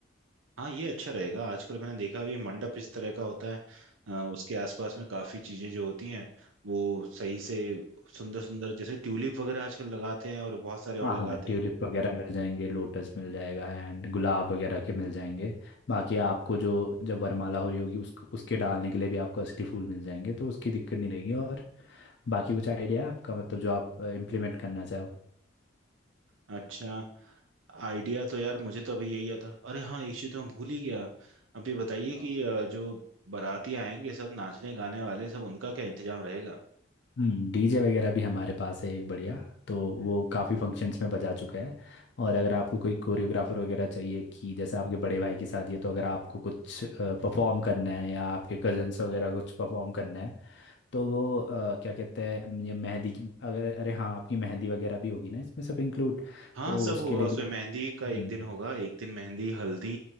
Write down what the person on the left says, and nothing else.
हाँ
हाँ ट्यूलिप
वगैरह मिल जाएंगे लोटस मिल जाएगा एंड गुलाब वगैरह के मिल जाएंगे बाकी आपको जो जब वरमाला हो रही होगी उस उसके डालने के लिए भी आपको असली फूल मिल जाएंगे तो उसकी दिक्कत नहीं रहेगी और बाकी कुछ आइडिया है आपका मतलब जो आप इम्प्लीमेंट करना चाहो
वाओ।
हम्म डीजे वगैरह भी हमारे पास है एक बढ़िया तो वो काफ़ी फंक्शंस में बजा चुका है और अगर आपको कोई कोरियोग्राफर वगैरह चाहिए कि जैसे आपके बड़े भाई की शादी है तो अगर आपको कुछ परफॉर्म करना है या आपके कजन्स वगैरह कुछ परफॉर्म करना है तो वो अ, क्या कहते हैं ये मेहंदी की अगर अरे हाँ आपकी मेहंदी वगैरह भी होगी ना इसमें सब इंक्लूड
तो
उसके
लिए
भी
हम्म